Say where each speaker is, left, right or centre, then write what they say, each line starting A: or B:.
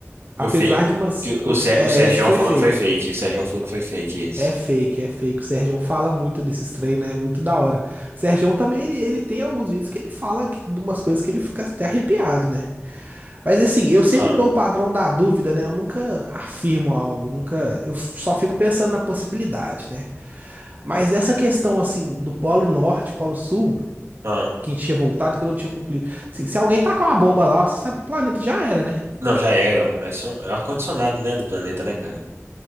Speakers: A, on the right; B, on the right.
A: Apesar
B: Eu vi
A: de umas,
B: que o,
A: o-
B: Ser,
A: é,
B: o Serjão
A: esse foi
B: falou
A: fake.
B: que foi fake. O Serjão falou que foi fake esse.
A: É fake, é fake. O Sergião fala muito desses trem, né? É muito da hora. O Sergião também, ele, ele tem alguns vídeos que ele fala que, de umas coisas que ele fica até arrepiado, né? Mas assim, eu sempre
B: Ah,
A: dou o padrão da dúvida, né? Eu nunca afirmo algo, nunca. Eu f- só fico pensando na possibilidade, né? Mas essa questão, assim, do Polo Norte, Polo Sul,
B: ah.
A: que tinha voltado, que eu não tinha concluído. Assim, se alguém tacar uma bomba lá, você sabe, o planeta já era, né?
B: Não, já era. Aí só- É ar-condicionado, né, do planeta, né, cara?